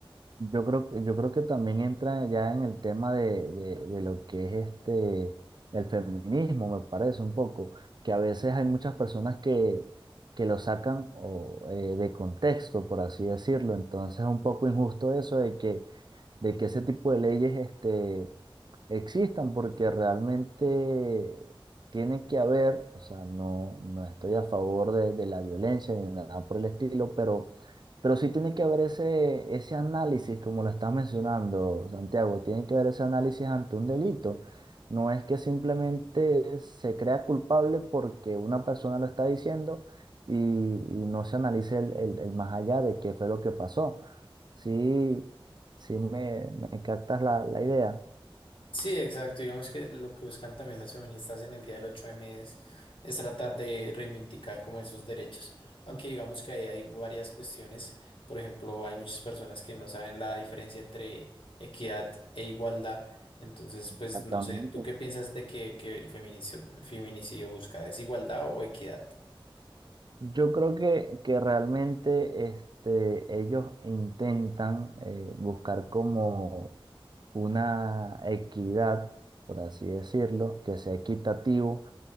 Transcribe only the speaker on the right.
yo creo, yo creo que también entra ya en el tema de, de, de lo que es este, el feminismo, me parece un poco, que a veces hay muchas personas que, que lo sacan o, eh, de contexto, por así decirlo, entonces es un poco injusto eso de que de que ese tipo de leyes este, existan, porque realmente tiene que haber, o sea, no, no estoy a favor de, de la violencia ni nada por el estilo, pero, pero sí tiene que haber ese, ese análisis, como lo estás mencionando, Santiago, tiene que haber ese análisis ante un delito. No es que simplemente se crea culpable porque una persona lo está diciendo y, y no se analice el, el el más allá de qué fue lo que pasó. Sí, si me, me captas la, la idea.
Exactamente.
Yo creo que, que realmente este, ellos intentan eh, buscar como una equidad, por así decirlo, que sea equitativo